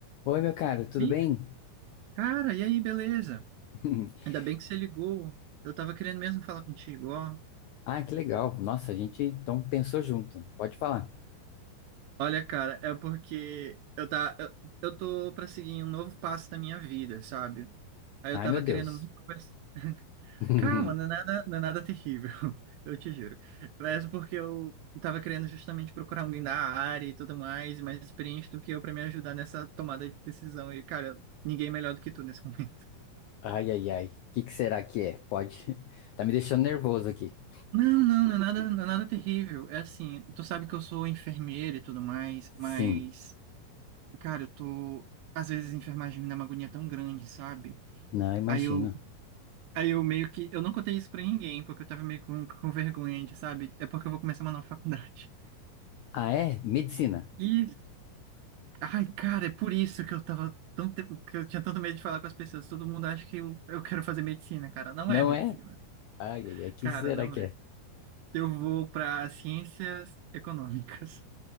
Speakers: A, on the left; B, on the right.
A: Oi, meu caro, tudo bem?
B: Ih, Cara, e aí, beleza?
A: <laughs>
B: Ainda bem que você ligou. Eu tava querendo mesmo falar contigo, ó.
A: Ah, que legal. Nossa, a gente então pensou junto. Pode falar.
B: Olha, cara, é porque eu tá eu, eu tô pra seguir um novo passo da minha vida, sabe? Aí eu
A: Ai,
B: tava
A: meu Deus.
B: querendo muito conversar.
A: <laughs>
B: Calma, não é nada, não é nada terrível, <laughs> eu te juro. Mas porque eu tava querendo justamente procurar alguém da área e tudo mais, mais experiente do que eu pra me ajudar nessa tomada de decisão. E, cara, ninguém melhor do que tu nesse <laughs> momento.
A: Ai, ai, ai. O que que será que é? Pode. <laughs> Tá me deixando nervoso aqui.
B: Não, não, não é nada, não é nada terrível. É assim, tu sabe que eu sou enfermeira e tudo mais,
A: Sim,
B: mas, cara, eu tô. Às vezes a enfermagem me dá uma agonia tão grande, sabe?
A: não imagino.
B: Aí eu, aí eu meio que. Eu não contei isso pra ninguém, porque eu tava meio com, com vergonha, de, sabe? É porque eu vou começar uma nova faculdade.
A: Ah, é? Medicina.
B: E. Ai, cara, é por isso que eu tava tão. te- Que eu tinha tanto medo de falar com as pessoas. Todo mundo acha que eu, eu quero fazer medicina, cara. Não
A: Não
B: é medicina.
A: é? Ai, ai, ai. O que
B: Cara,
A: será
B: não
A: que
B: é.
A: é?
B: Eu vou pra ciências econômicas.